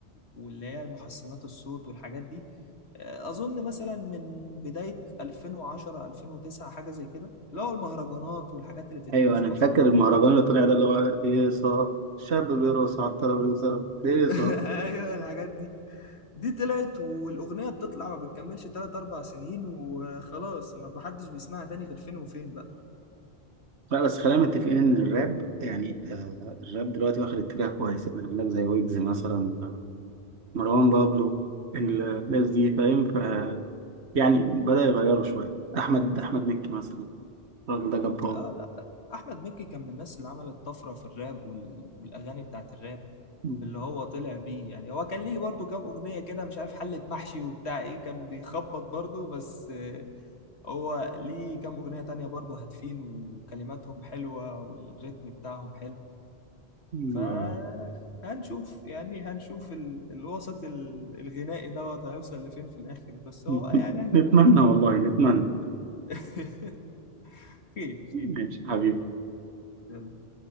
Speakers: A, on the left; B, on the right.
A: واللي هي محسنات الصوت والحاجات دي اه، اظن مثلا من بداية 2010 2009 حاجة زي كده اللي هو المهرجانات والحاجات اللي بتتعمل
B: أيوه
A: في
B: أنا
A: الافراح
B: فاكر المهرجان
A: وال...
B: اللي طلع ده اللي هو هيصة الشاب بيرقص على الترابيزة هيصة
A: <laughs> ايوه الحاجات دي دي طلعت والاغنية بتطلع ما بتكملش 3 4 سنين وخلاص ما حدش بيسمعها تاني غير فين وفين
B: لا بس خلينا متفقين إن الراب يعني آه الراب دلوقتي واخد اتجاه كويس يقول لك زي ويجز مثلا مروان بابلو الناس دي فاهم يعني بدأ يغيره شوية أحمد أحمد مكي مثلا الراجل ده جبار
A: آه لا احمد مكي كان من الناس اللي عملت طفره في الراب وال... والاغاني بتاعت الراب
B: م-
A: باللي هو طلع بيه يعني هو كان ليه برضو كام اغنيه كده مش عارف حله محشي وبتاع ايه كان بيخبط برضو بس آه، هو ليه كام اغنيه تانية برضو هادفين وكلماتهم حلوه والريتم بتاعهم حلو
B: م-
A: ف هنشوف يعني هنشوف ال... الوسط ال... الغنائي دوت هيوصل لفين في الاخر بس
B: <laughs>
A: هو يعني احنا
B: نتمنى والله نتمنى
A: <laughs> خير خير
B: ماشي حبيبي
A: يلا.